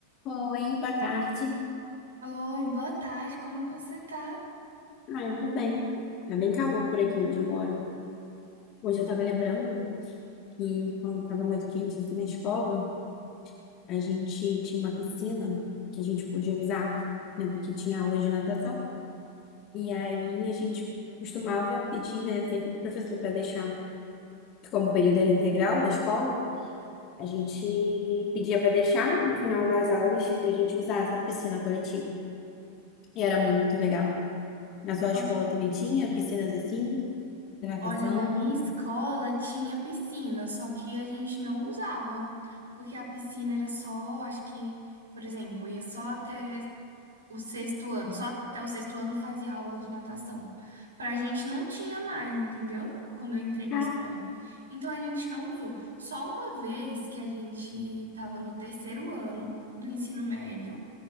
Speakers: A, on the left; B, on the right.
A: Oi, boa tarde.
B: Oi, boa tarde, como que você tá?
A: Ah, eu tô bem. Tá bem calor por aqui onde eu moro. Hoje eu tava lembrando que quando tava muito quente aqui na escola, a gente tinha uma piscina que a gente podia usar, né? Porque tinha aulas de natação. E aí a gente costumava pedir, né, sempre pro professor para deixar, porque como o período era integral na escola, a gente pedia para deixar no final das aulas para a gente usar essa piscina coletiva. E era muito legal. Na sua
B: Ó,
A: escola também tinha piscinas assim, de natação?
B: Olha, na minha escola tinha piscina, só que a gente não usava, porque a piscina era só, acho que, por exemplo, ia só até o sexto ano, só até o sexto ano fazia aula de natação. Pra gente não tinha mais, entendeu? Quando eu entrei na
A: Cara,
B: escola. Então a gente não usou. Só uma vez que a gente tava no terceiro ano do ensino médio,